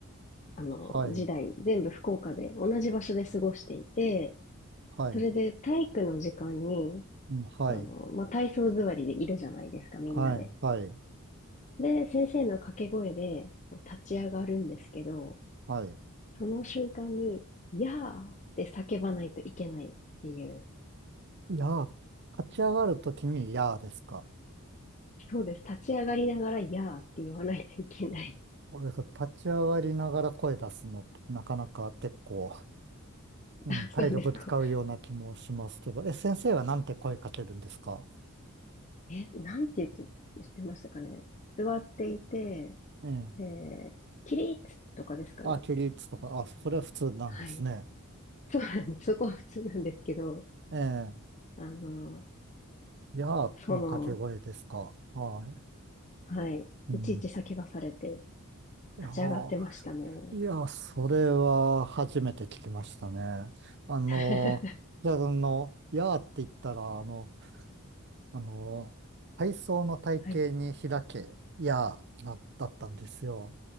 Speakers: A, on the left; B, on the right.
A: あの、
B: はい、
A: 時代、全部福岡で同じ場所で過ごしていて、
B: はい、
A: それで体育の時間に、
B: うんはい、
A: あの、まあ、体操座りでいるじゃないですか、みんなで。
B: はい、はい、
A: で、先生の掛け声でこう立ち上がるんですけど、
B: はい。
A: その瞬間に、やーって叫ばないといけないっていう。
B: やー、立ち上がるときにやーですか。
A: そうです。立ち上がりながら、やーって言わないといけない。
B: 俺立ち上がりながら声出すのってなかなか結構、
A: <laughs>
B: うん、
A: あ、
B: 体力使うような気もしますけど、
A: そうですか。
B: え、先生はなんて声かけるんですか
A: え、なんて言って、言ってましたかね。座っていて、
B: ええ。
A: で、起立とかですかね。
B: あ、起立とか、あ、それは普通なんですね。
A: はい。そうなんです。そこは普通なんですけど、
B: ええ。
A: あの、
B: やーの掛け声ですか。
A: その、
B: はい。
A: はい。
B: うん。
A: いちいち叫ばされて、
B: いやー、
A: 立ち上がってましたね。
B: いや、それは初めて聞きましたね。あの、
A: <laughs>
B: じゃあ、あの、やーって言ったら、あの、あの、体操の体型に開け、
A: はい。
B: いや、な、だったんですよ。